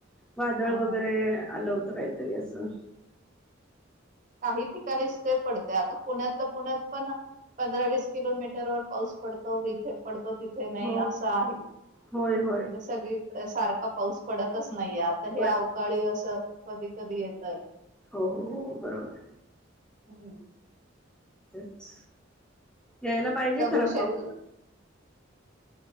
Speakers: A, in the centre; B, on the right.
A: वादळ
B: ह
A: वगैरे आलं होतं काहीतरी असं.
B: काही ठिकाणीच ते पडते आता पुण्यातलं पुण्यात पण. पंधरा वीस किलोमीटर वर पाऊस पडतो. थ पडतो तिथे नाही
A: हो
B: असं आहे म्ह
A: होय होय
B: जे सगळी. सारखा पाऊस पडतच नाहीये आता
A: पण
B: हे अवकाळी असं कधी कधी येतय.
A: हो बरोबर आहे.
B: हम्.
A: तेच या्यायला पाहिजे
B: दगडूशेठला
A: खरा पाऊस.